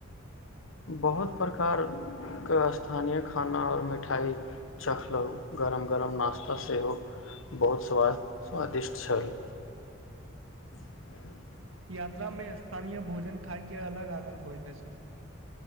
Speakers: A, on the left; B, on the right.
A: बहुत प्रकारके स्थानीय खाना आओर मिठाइ चखलहुँ गरम गरम नाास्ता सेहो बहुत स्वाद स्वादिष्ट छल ह
B: यात्रा मे स्थानीय भोजन खाायके अलग आनन्द होइत अछि